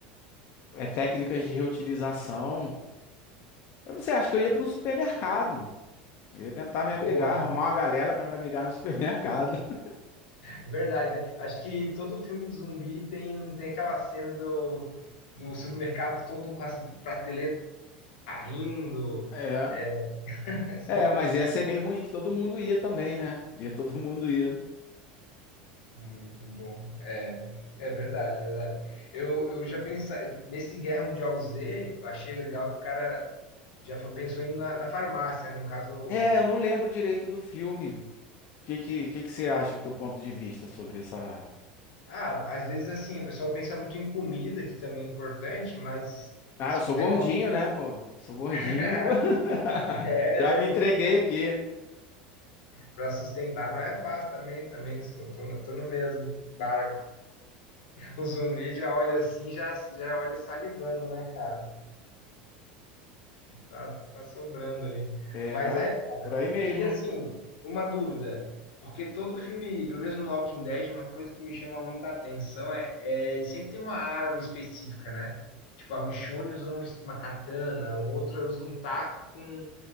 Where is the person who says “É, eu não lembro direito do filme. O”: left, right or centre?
Left